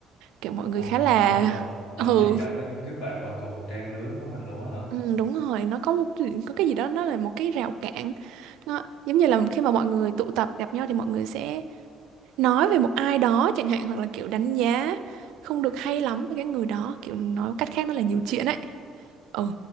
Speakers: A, on the right; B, on the left.
A: kiểu mọi
B: Ồ,
A: người khá là
B: không hợp, thậm
A: ừ
B: chí cả với những cái bạn mà cùng trang lứa với mình luôn á hả?
A: Ừ, đúng rồi nó có một có cái gì đó nó là một cái rào cản nó giống như là khi mà mọi người tụ tập gặp nhau thì mọi người sẽ nói về một ai đó chẳng hạn hoặc là kiểu đánh giá không được hay lắm với cái người đó kiểu nói cách khác nó là nhiều chuyện ấy ừ